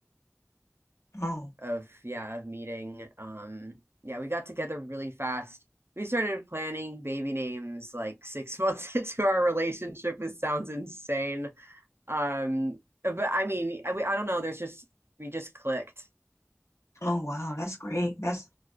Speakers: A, on the left (about 75°); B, on the right (about 55°).
A: oh,
B: of yeah of meeting. Um, yeah, we got together really fast. We started planning baby names like six <laughs> months into our relationship, which sounds insane. Um, but I mean, I, I don't know. There's just we just clicked.
A: oh wow, that's great. That's